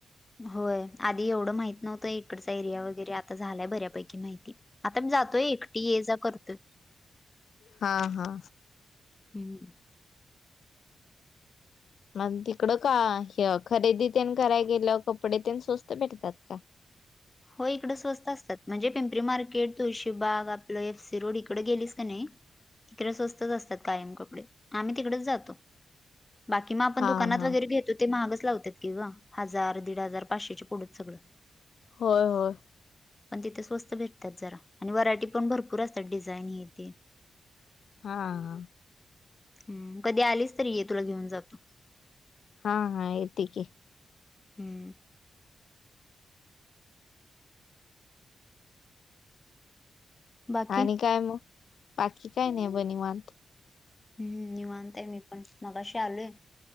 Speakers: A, on the left; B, on the left.
A: होय आधी एवढं माहित नव्हतं इकडचा एरिया वगैरे आता झालाय बऱ्यापैकी माहिती. आता मी जातोय एकटी ये जा करतोय.
B: हा हा.
A: हम्म.
B: मग तिकडं का खरेदी ते करायला गेलं कपडे ते स्वस्त भेटतात का.
A: हो इकडं स्वस्त असतात म्हणजे पिंपरी मार्केट तुळशीबाग आपलं एफ सी रोड इकडे गेलीस का नाही. तिकडे स्वस्तच असतात कायम कपडे आम्ही तिकडेच जातो. बाकी मग आपण
B: हा
A: दुकानात
B: हा
A: वगैरे घेतो ते महागच लावतात की ग हजार दीड हजार पाचशेच्या पुढंच सगळं.
B: होय होय.
A: पण तिथे स्वस्त भेटतात जरा आणि व्हरायटी पण भरपूर असतात डिझाईन हथे.
B: हा ह.
A: हम कधी आलीच तरी ये तुला घेऊन जातो.
B: हा हा येत की.
A: हम्म. बाकी
B: आणि काय मग पाकी काय नाही बनिवत.
A: हम्म मी मानताय मी पण मगाशी आलोय